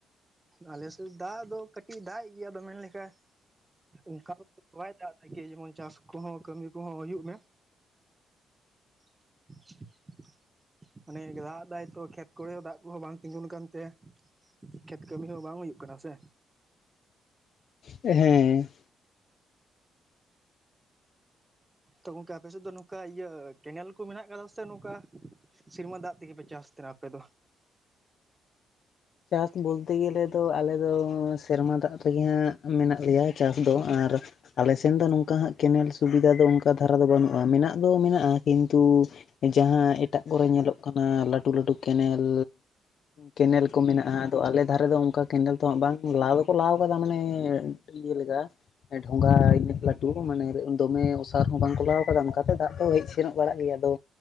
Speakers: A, on the right (about 15°); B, on the left (about 65°).
A: ᱟᱞᱮ ᱥᱮᱫ ᱫᱟᱜ ᱫᱚ ᱠᱟᱹᱴᱤᱡ ᱫᱟᱜ ᱮᱫ ᱜᱮᱭᱟ ᱟᱫᱚ ᱢᱮᱱ ᱞᱮᱠᱟ ᱚᱱᱠᱟ ᱫᱚ ᱵᱟᱭ ᱫᱟᱜ ᱫᱟᱠᱤ ᱡᱮᱢᱚᱱ ᱪᱟᱥ ᱠᱚᱦᱚᱸ ᱠᱟᱹᱢᱤ ᱠᱚᱦᱚᱸ ᱦᱩᱭᱩᱜ ᱢᱮ? <inaudible> ᱢᱟᱱᱮ ᱫᱟᱜ ᱫᱟᱭ ᱛᱚ ᱠᱷᱮᱛ ᱠᱚᱨᱮ ᱫᱟᱜ ᱠᱚᱦᱚᱸ ᱵᱟᱝ ᱛᱤᱸᱜᱩᱱ ᱠᱟᱱᱛᱮ ᱠᱷᱮᱛ ᱠᱟᱹᱢᱤ ᱦᱚᱸ ᱵᱟᱝ ᱦᱩᱭᱩᱜ ᱠᱟᱱᱟ ᱥᱮ᱾
B: ᱦᱮᱸ᱾
A: ᱛᱚ ᱜᱚᱝᱠᱮ ᱟᱯᱮ ᱥᱮᱫ ᱫᱚ ᱱᱚᱠᱟ ᱤᱭᱟᱹ ᱠᱮᱱᱮᱞ ᱠᱚ ᱢᱮᱱᱟᱜ ᱠᱟᱫᱟ ᱥᱮ ᱱᱚᱠᱟ ᱥᱤᱨᱢᱟ ᱫᱟᱜ ᱛᱤᱜᱤᱯᱮ ᱪᱟᱥ ᱛᱟᱦᱮᱱᱟ ᱟᱯᱮ ᱫᱚ?
B: ᱪᱟᱥ ᱵᱚᱞᱛᱮ ᱜᱮᱞᱮ ᱫᱚ ᱟᱞᱮᱫᱚ ᱥᱮᱨᱢᱟ ᱫᱟᱜ ᱛᱮᱜᱮ ᱦᱟᱸᱜ ᱢᱮᱱᱟᱜ ᱞᱮᱭᱟ ᱪᱟᱥ ᱫᱚ ᱟᱨ ᱟᱞᱮ ᱥᱮᱱ ᱫᱚ ᱱᱚᱝᱠᱟ ᱦᱟᱸᱜ ᱠᱮᱱᱮᱞ ᱥᱩᱵᱤᱫᱷᱟ ᱫᱚ ᱚᱱᱠᱟ ᱫᱷᱟᱨᱟ ᱫᱚ ᱵᱟᱹᱱᱩᱜᱼᱟ ᱢᱮᱱᱟᱜ ᱫᱚ ᱢᱮᱱᱟᱜᱼᱟ ᱠᱤᱱᱛᱩ ᱡᱟᱦᱟᱸ ᱮᱴᱟᱜ ᱠᱚᱨᱮ ᱧᱮᱞᱚᱜ ᱠᱟᱱᱟ ᱞᱟᱹᱴᱩ ᱞᱟᱹᱴᱩ ᱠᱮᱱᱮᱞ ᱠᱮᱱᱮᱞ ᱠᱚ ᱢᱮᱱᱟᱜᱼᱟ ᱟᱫᱚ ᱟᱞᱮ ᱫᱷᱟᱨᱮ ᱫᱚ ᱚᱱᱠᱟ ᱠᱮᱱᱮᱞ ᱫᱚ ᱦᱟᱸᱜ ᱵᱟᱝ ᱞᱟ ᱫᱚᱠᱚ ᱞᱟᱣ ᱠᱟᱫᱟ ᱢᱟᱱᱮ ᱤᱭᱟᱹ ᱞᱮᱠᱟ ᱰᱷᱚᱸᱜᱟ ᱤᱱᱟᱹᱜ ᱞᱟᱹᱴᱩ ᱢᱟᱱᱮ ᱫᱚᱢᱮ ᱚᱥᱟᱨ ᱦᱚᱸ ᱵᱟᱝᱠᱚ ᱞᱟᱣ ᱠᱟᱫᱟ ᱚᱱᱠᱟᱛᱮ ᱫᱟᱜ ᱫᱚ ᱦᱮᱡ ᱥᱮᱱᱚᱜ ᱵᱟᱲᱟᱜ ᱜᱮᱭᱟ ᱟᱫᱚ